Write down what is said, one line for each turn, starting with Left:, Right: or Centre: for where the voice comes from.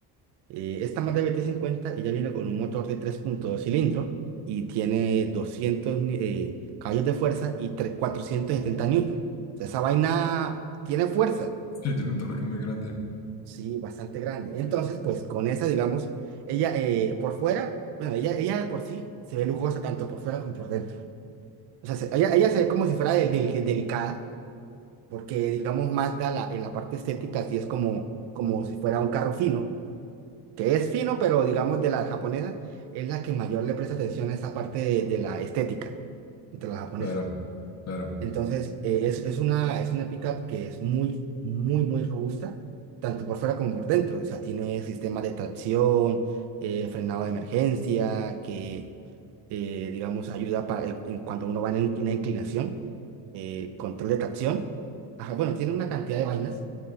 Right: Eh, esta Mazda bt cincuenta ella viene con un motor de tres punto dos cilindros y tiene 200 ni- eh, caballos de fuerza y tre- 470 newton. O sea, esa vaina tiene fuerza,
Left: Sí, tiene un torque muy grande,
Right: sí, bastante grande. Entonces, pues con esa, digamos, ella eh, por fuera, bueno, ella, ella de por sí se ve lujosa tanto por fuera como por dentro. O sea, se- ella, ella se ve como si fuera de- de- delicada, porque digamos, Mazda la, en la parte estética sí es como, como si fuera un carro fino que es fino, pero digamos de las japonesas, es la que mayor le presta atención a esa parte de, de la estética entre las japonesas.
Left: claro, claro.
Right: Entonces, eh, es, es una, es una pickup que es muy, muy, muy robusta, tanto por fuera como por dentro. O sea, tiene sistemas de tracción, eh, frenado de emergencia, que, eh, digamos, ayuda para, en, en cuanto uno va en in- una inclinación, eh, control de tracción. Ajá, bueno, tiene una cantidad de vainas